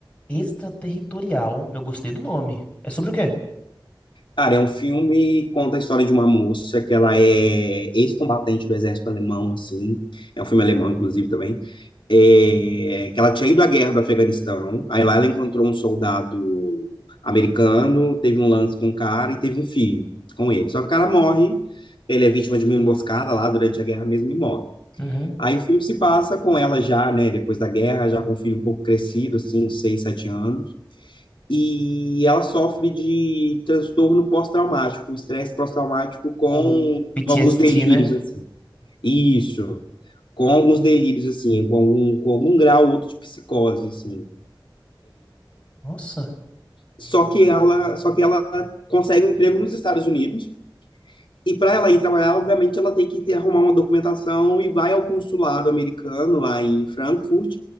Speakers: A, on the left; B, on the left.
A: Extraterritorial. Eu gostei do nome. É sobre o quê?
B: Cara, é um filme que conta a história de uma moça que ela é ex-combatente do exército alemão, assim. É um filme alemão, inclusive, também. é, que ela tinha ido à guerra do Afeganistão, aí lá ela encontrou um soldado americano, teve um lance com o cara e teve um filho com ele. Só que o cara morre, ele é vítima de uma emboscada lá durante a guerra mesmo e morre.
A: Uhum.
B: Aí o filme se passa com ela já, né, depois da guerra, já com o filho um pouco crescido, assim, uns 6, 7 anos. E ela sofre de transtorno pós-traumático, um estresse pós-traumático com
A: O PTSD,
B: alguns delírios,
A: né?
B: assim. Isso com alguns delírios assim, com algum, com algum grau ou outro de psicose assim.
A: Nossa.
B: Só que ela, só que ela consegue um emprego nos Estados Unidos e para ela ir trabalhar, obviamente ela tem que ter, arrumar uma documentação e vai ao consulado americano lá em Frankfurt